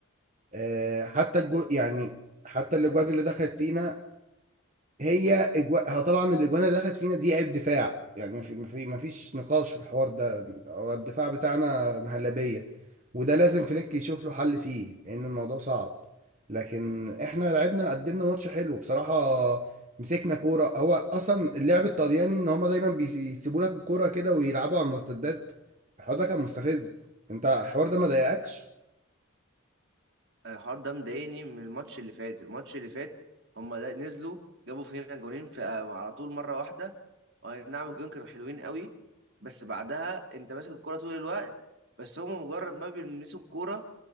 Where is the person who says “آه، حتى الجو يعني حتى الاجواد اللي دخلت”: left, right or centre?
Right